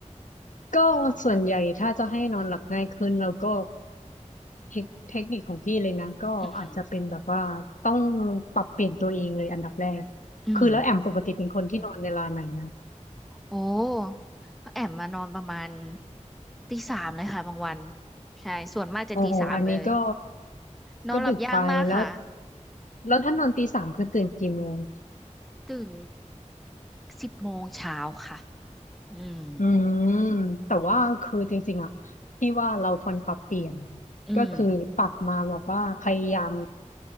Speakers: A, on the left (about 90°); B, in the centre.
A: ก็ส่วนใหญ่ถ้าจะให้นอนหลับง่ายขึ้นเราก็เทคเทคนิคของพี่เลยนะก็อาจจะเป็นแบบว่าต้อง
B: อืม
A: ปรับเปลี่ยนตัวเองเลยอันดับแรก
B: อืม
A: คือแล้วแอมปกติเป็นคนที่นอนเวลาไหนนะ
B: โอ้ก็แอบมานอนประมาณตีสามเลยค่ะบางวันใช่ส่วนมากจะตีสามเลย
A: โอ๋อันนี้ก็
B: นอนหลับยากมากค่ะ
A: ก็ดึกไปแล้วแล้วถ้านอนตีสามคือตื่นกี่โมง
B: ตื่นสิบโมงเช้าค่ะอืม
A: อืมแต่ว่าคือจริงๆอะที่ว่าเราควรปรับเปลี่ยน
B: อืม
A: ก็คือปรับมาแบบว่าพยายาม